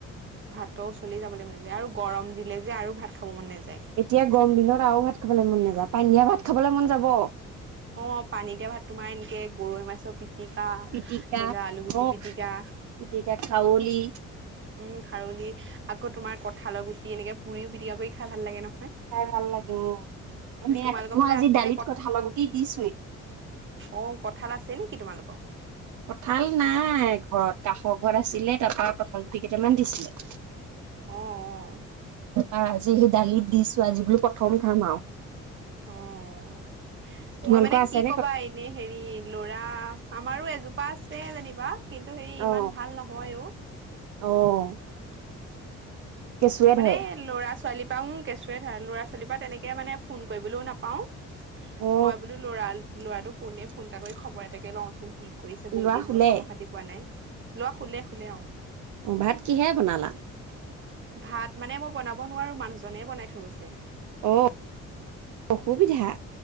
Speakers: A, on the right (about 40°); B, on the right (about 70°).
A: ভাতৰ ওচলেই যাবলে মন যায় আৰু গৰম দিলে যে আৰু ভাত খাব মন নেযায়।
B: এতিয়া গৰম দিনত আৰু ভাত খাবলে মন নেযায়, পানী দিয়া ভাত খাবলে মন যাব।
A: অঁ পানী দিয়া ভাত তোমাৰ এনেকে গৰৈ মাছৰ পিটিকা ধৰি
B: পিটিকা
A: লোৱা আলুগুটি
B: অ
A: পিটিকা।
B: পিটিকা খাৱলি।
A: উম' খাৰলি আকৌ তোমাৰ কঁঠালৰ গুটি এনেকে পুৰিও পিটিকা কৰি খাই ভাল লাগে নহয়।
B: খাই ভাল লাগে অঁ, আমি ইয়াত
A: তোমালোকৰ
B: মই
A: ফালে
B: আজি
A: আছে
B: দালিত
A: নে
B: কঠালৰ গুটি দিছোৱেই।
A: অঁ কঁঠাল আছে নেকি তোমালোক?
B: কঁঠাল নাই ঘৰত কাষৰ ঘৰত আছিলে, তাৰপৰা কঁঠাল গুটি কেইটামান দিছিলে।
A: অঁ অঁ।
B: অঁ আজি সেই দালিত দিছো, আজি বুলো প্ৰথম খাম আও।
A: অঁ
B: তোমালোকৰ
A: মই মানে
B: আছে
A: কি
B: নে
A: ক'বা এনেই হেৰি লৰা আমাৰো এজোপা আছে যেনিবা, কিন্তু হেৰি
B: অ
A: ইমান ভাল নহয় অ'
B: অ' কেঁচুৱে
A: এ মানে
B: ধৰে
A: ল'ৰা ছোৱালীৰ পা ও কেঁচুৱে ধৰা ল'ৰা ছোৱালীৰ পা তেনেক কে মানে ফোন কৰিবলেও নাপাও
B: অ
A: মই বোলো ল'ৰা লৰাটো শোনে ফোন এটা কৰি খবৰ এটাকে -কে লও চোন কি কৰিছে বহুত
B: লৰা
A: দিন
B: শুলে
A: হ'ল খবৰ খাতি পোৱা না, ই ল'ৰা শুলে শুলে আও
B: অঁ ভাত কিহেৰে বনালা? <inaudible>
A: ভাত মানে মই বনাব নোৱাৰো, মানুহজনে হে বনাই থৈ গৈছে।
B: অ' অসুবিধা।